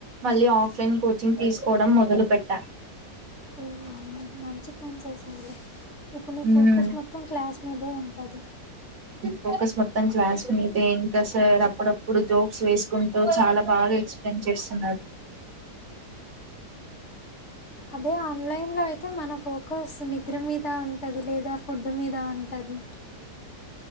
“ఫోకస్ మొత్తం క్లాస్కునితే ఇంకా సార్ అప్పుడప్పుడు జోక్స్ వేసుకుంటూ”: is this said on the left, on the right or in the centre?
Right